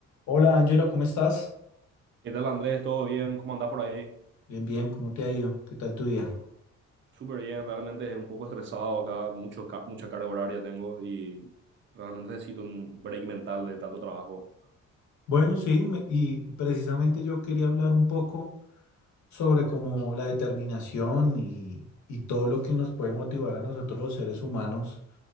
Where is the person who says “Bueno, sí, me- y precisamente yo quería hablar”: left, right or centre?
Left